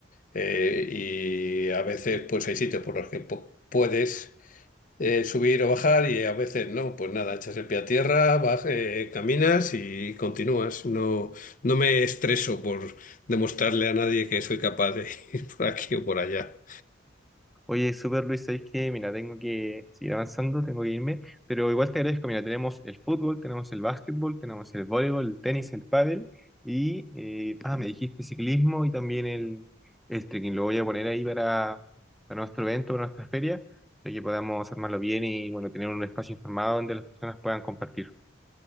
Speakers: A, on the left; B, in the centre.
A: eh, y a veces, pues hay sitios por los que po- puedes eh, subir o bajar y a veces no, pues nada, echas el pie a tierra, baj- eh, caminas y continúas. No, no me estreso por demostrarle a nadie que soy capaz de <laughs> ir por aquí o por allá.
B: Oye, super Luis, ¿sabes qué? Mira, tengo que seguir avanzando, tengo que irme, pero igual te agradezco. Mira, tenemos el fútbol, tenemos el básquetbol, tenemos el voleibol, el tenis, el pádel y, eh, ah, me dijiste ciclismo y también el, el trekking. Lo voy a poner ahí para, para nuestro evento, para nuestra feria, para que podamos armarlo bien y, bueno, tener un espacio informado donde las personas puedan compartir.